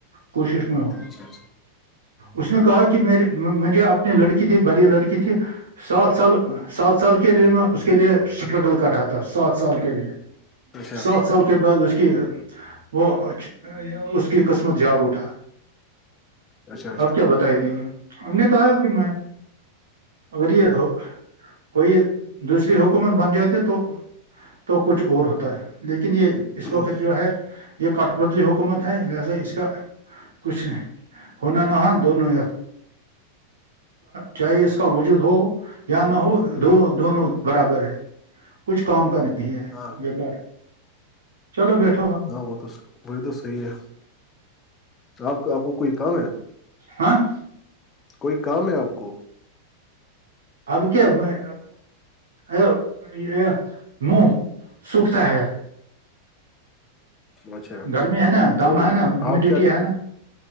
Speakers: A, on the right; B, on the left.
A: کوشش میں ہوں
B: اچھا
A: اس نے کہا کہ مے اپنی لڑکی تھی بڑ لڑکی تھی سات سال سات سال کے لیے میں اس کے لیے اسٹرگل کر رہا تھا سات سال کے لیے
B: اچھا ہوں، اچھا
A: سات سال کے بعد اس کی وہ اس کی قسمت جاگ اٹھا
B: اچھا اچھا
A: آپ کیا بتائی دیں گے ہم نے کہا کہ میں اگر یہ کوئی دوسری حکومت بن جاتی تو تو کچھ اور ہوتا ہے لیکن یہ اس
B: ہوں،
A: وقت جو ہے یہ کٹ بدلی حکومت لذا اس کا کچھ نہیں ہونا نہاں دونوں چاہے اس کا وجود ہو یا نہ ہو
B: ہوں،
A: دونوں برابر ہے کچھ کام کا نہیں ہے
B: ہاں
A: بیکار چلو بیٹھو ہم
B: ہاں وہ تو وہی تو صحیح ہے آپ کا آپ کو کوئی کام ہے
A: ہاں
B: کوئی کام ہے آپ کو
A: اب کیا میں ا مہ سکھتا ہے
B: اچھا
A: گرمی ہے نا دم
B: بائی
A: ہے نا ہیومیڈیٹی
B: آپ کیا
A: ہے نا